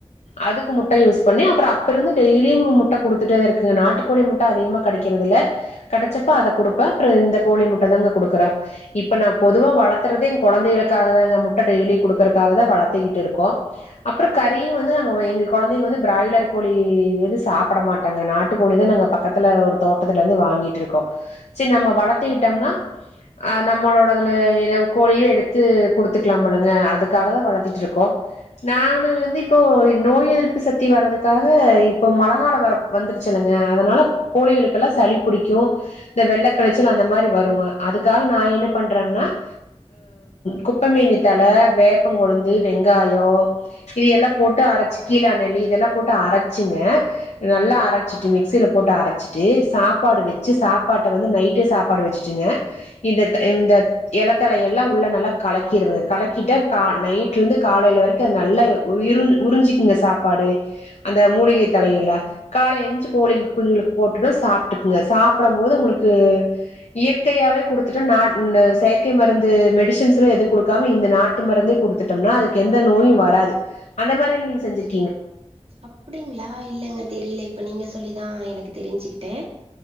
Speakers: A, on the left; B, on the right.
A: அதுக்கு முட்டை யூஸ் பண்ணி அப்புறம் அப்பந்து டெய்லியும் முட்டை கொடுத்துட்டே தான் இருக்குங்க நாட்டு கோழி முட்டை அதிகமா கடைக்கறிறதுல்ல கிடைச்சப்ப அதை குடுப்பேன் அப்புறம் இந்த கோழி முட்டை தான்ங்க குடுக்கறன் இப்ப நான் பொதுவா வளர்த்துறதே என்ங்க குழந்தைளுக்காகான் முட்டை டெய்லி குடு இருக்கறக்காகத வளர்த்துக்கிட்டு இருக்கோம் அப்புறம் கறியும் வந்து நாங்கள் எங்க குழந்தைங்க வந்து பிராய்லர் கோழி வந்து சாப்பிட மாட்டாங்க நாட்டுக்கோழி தான் நாங்கள் பக்கத்துல ஒரு தோட்டத்துல இருந்து வாங்கிட்டுருக்கோம் சரி நம்ம வளர்த்திக்கிட்டோம்னாஹ் நம்மளோடதுல கோழியே எடுத்து கொடுத்துக்கலாம் முல்லுங்க அதுக்காக தான் வளர்த்திட்டு இருக்கோம் நான் இப்போ நோய் எதிர்ப்பு சத்தி வர்ரதுக்காக இப்போ மழ வர வந்துருச்சுனுங்க அதனால கோழிகளுக்கெல்லாம் சளி பிடிக்கும் இந்த வெள்ளை கிளைச்சல் அந்த மாதிரி வருங்க அதுக்காக நான் என்ன பண்றேங்கன்னாஹ் குப்பைமீனி தழ வேப்பம் கொழுந்து வெங்காயம் இதெல்லாம் போட்டு அரைச்சி கீழா நெல்லி இதெல்லாம் போட்டு அரைச்சிங்க நல்லா அரைச்சிட்டு மிக்சியில் போட்டு அரைச்சிட்டு சாப்பாடு வச்சு சாப்பாட்டை வந்து நைட்டு சாப்பாடு வச்சுட்டுங்க இந்த த இந்த இலத்தலையெல்லாம் உள்ளே நல்லா கலக்கிடுவேங்க கலக்கிட்டால் கா நைட்லேருந்து காலையில் வரைக்கும் அது நல்லா உறிஞ்சக்குங்க சாப்பாடு அந்த மூலிகை தலையல்ல காலையில எழுந்துருஞ்சு கோழிக்கு குஞ்சளுக்கு போட்டு சாப்பிட்டுக்கங்க சாப்பிடும் போது உங்களுக்கு இயற்கையாவே குடுத்துட்ட இந்த செயற்கை மருந்து மெடிசின்ஸ் எல்லா எது குடுக்க இந்த நாட்டு மருந்தே கொடுத்துட்டோம்னா அதுக்கு எந்த நோயும் வராது அந்த மாதிரி நீங்கசெஞ்சிருக்கிங்கலா
B: அப்படிங்களா இல்லலைங்க தெரியல இப்ப நீங்க சொல்லிதான் எனக்கு தெரிஞ்சுக்கிட்டே